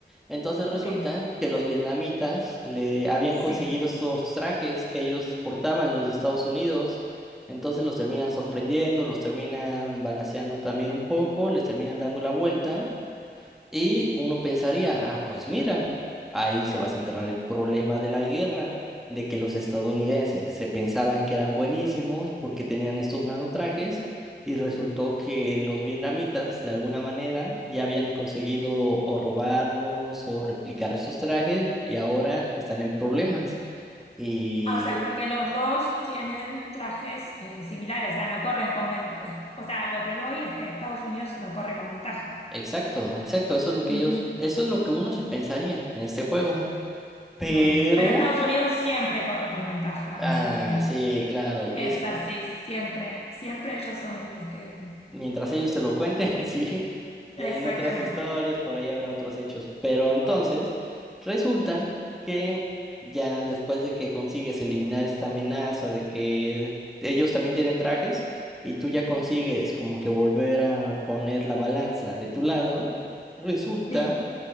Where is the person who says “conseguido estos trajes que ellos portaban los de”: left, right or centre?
Centre